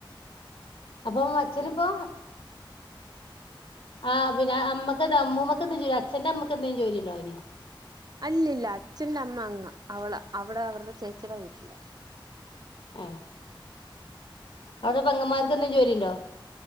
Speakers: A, on the left; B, on the right.
A: അപ്പൊ അച്ഛനിപ്പോ ആ പിന്നെ മ്മക്ക് അമ്മുമ്മക്ക എന്ത അച്ഛന്റെമ്മക്ക് എന്തേ ജോലി ഉണ്ടാർന്നോ?
B: അല്ലില്ല അച്ഛന്റെ അമ്മ അങ്ങ അവള അവിടെ അവരുടെ ചേച്ചിയുടെട്ടില
A: ഏഹ് അവിടെ പെങ്ങന്മാർക്കന്തേം ജോലിണ്ടോ?